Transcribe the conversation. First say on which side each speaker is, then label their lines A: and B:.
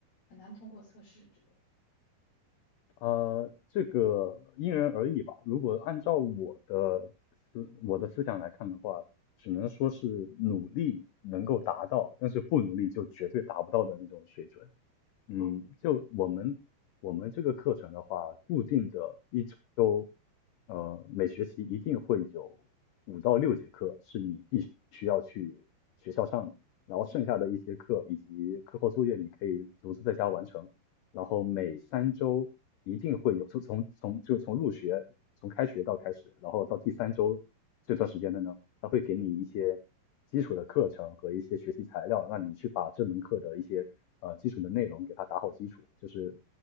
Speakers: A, on the left; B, on the left.
A: 很难通过测试之类
B: 呃，这个因人而异吧。如果按照我的思我的思想来看的话，只能说是努力能够达到，但是不努力就绝对达不到的那种水准。嗯，就我们我们这个课程的话，固定的一周，呃，每学期一定会有五到六节课是你必须要去学校上的，然后剩下的一些课以及课后作业你可以独自在家完成。
A: 的？嗯
B: 然后每三周一定会有，从从从就从入学从开学到开始，然后到第三周这段时间的呢。他会给你一些基础的课程和一些学习材料，让你去把这门课的一些呃基础的内容给它打好基础，就是